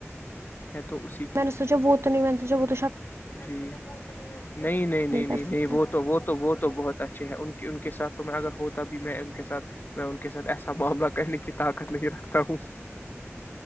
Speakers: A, on the left; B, on the right.
A: ہے تو اسی
B: میں نے سوچا وہ تو نہیں میں نے سوچا وہ تو شک
A: جی نہیں نہیں نہیں نہیں
B: کر
A: نہیں
B: سکتا
A: وہ تو وہ تو وہ تو بہت اچھا اچھے ان کی ان کے ساتھ تو میں اگر ہوتا بھی میں ان کے سھ میں ان کے ساتھ ایسا معاملہ کرنے کی طاقت نہیں رکھتا ہوں